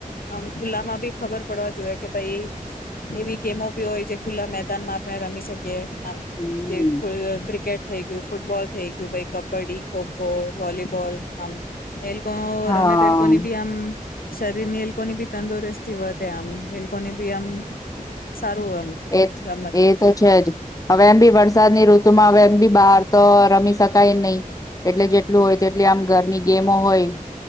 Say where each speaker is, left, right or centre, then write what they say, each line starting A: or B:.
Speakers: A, on the left (about 90°); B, on the left (about 25°).
A: આમ ખુલ્લામાં બી ખબર પડવા જોઈએ કે ભાઈ એવી ગેમો ભી હોય જે ખુલ્લા મેદાનમાં આપણે રમી શકીએ
B: હમ
A: જે ક્રિકેટ થઇ ગયું ફૂટબોલ થઇ ગયુંાઈ કબ્ડી ખોખો વોલીબોલ આમ એલકો
B: હા
A: રમે તો એલકો ની બી આમ શરીર ની એલકોની બી તંદુરસ્તી વધ આમ એની બી આમ સારું આમ
B: એ
A: રમત
B: એ તો છે જ હવે એમ ભી વરસાદની ઋતુ માં વમ બી બહાર તો રમી શકાય જ નહીિ એટલે જેટલું હોય તેટલી આમ ઘરની ગેમો હોય